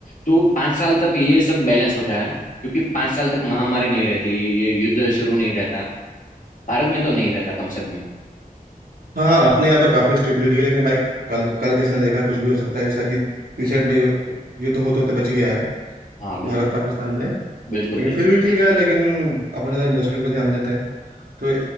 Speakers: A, on the left; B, on the right.
A: तो पाँच साल तक ये सब बैलेंस होता है क्योंकि पाँच साल तक महामारी नहीं रहती ये युद्ध शुरू नहीं रहता भारत में तो नहीं रहता कम से कम
B: हाँ अपने यहाँ तो काफी स्टेबिलिटी है लेकिन भाई कल कल किसने देखा है, कुछ भी हो सकता है जैसे अभी रिसेंट में यु- युद्ध होते होते बच गया है
A: हाँ बिल्कुल
B: भारत पाकिस्तान में
A: बिल्कुल
B: लेकिन
A: बिल्कुल
B: फिर भी ठीक है लेकिन अपने तो इन्वेस्टमेंट पे ध्यान देते हैं तो